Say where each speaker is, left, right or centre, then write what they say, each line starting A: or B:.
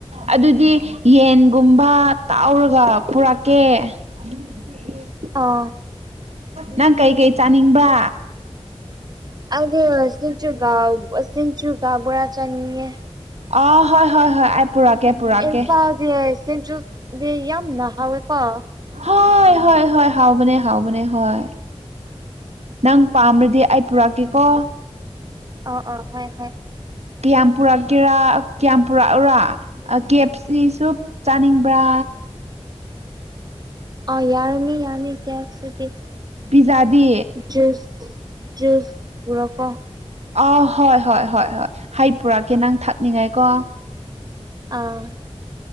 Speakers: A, on the right; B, on the right.
A: ꯑꯗꯨꯗꯤ ꯌꯦꯟꯒꯨꯝꯕ ꯇꯥꯎꯔꯒ ꯄꯨꯔꯛꯀꯦ <unintelligible>
B: ꯑꯣ
A: ꯅꯪ ꯀꯩꯀꯩ ꯆꯥꯅꯤꯡꯕ
B: ꯑꯩꯗꯤ ꯁꯤꯡꯖꯨꯒ ꯁꯤꯡꯖꯨꯒ ꯕꯣꯔꯥ ꯆꯥꯅꯤꯡꯏ
A: ꯑꯥ ꯍꯣꯏ ꯍꯣꯏ ꯍꯣꯏ ꯑꯩ ꯄꯨꯔꯛꯀꯦ ꯄꯨꯔꯛꯀꯦ
B: ꯏꯝꯐꯥꯜꯗꯤ ꯁꯝꯟꯖꯨꯗꯤ ꯌꯥꯝꯅ ꯍꯥꯎꯋꯦꯀꯣ
A: ꯍꯣꯏ ꯍꯣꯏ ꯍꯣꯏ ꯍꯥꯎꯕꯅꯦ ꯍꯥꯎꯕꯅꯦ ꯍꯣꯏ ꯅꯪ ꯄꯥꯝꯔꯗꯤ ꯑꯩ ꯄꯨꯔꯛꯀꯦꯀꯣ
B: ꯑꯣ ꯑꯣ ꯍꯣꯏ ꯍꯣꯏ
A: ꯀꯌꯥꯝ ꯄꯨꯔꯛꯀꯦꯔꯥ ꯀꯌꯥꯝ ꯄꯨꯔꯛꯎꯔꯥ ꯑ ꯀꯦꯞꯁꯤ ꯁꯨ ꯆꯥꯅꯤꯡꯕ꯭ꯔꯥ
B: ꯑꯥꯎ ꯌꯥꯔꯅꯤ ꯌꯥꯔꯅꯤ ꯀꯦꯞ ꯁꯤꯗꯤ
A: ꯄꯤꯖꯥꯗꯤ
B: <unintelligible> ꯄꯨꯔꯛꯑꯣ
A: ꯑ ꯍꯣꯏ ꯍꯣꯏ ꯍꯣꯏ ꯍꯣꯏ ꯍꯩ ꯄꯨꯔꯛꯀꯦ ꯅꯪ ꯊꯥꯛꯅꯤꯡꯉꯥꯏꯀꯣ
B: ꯑꯥ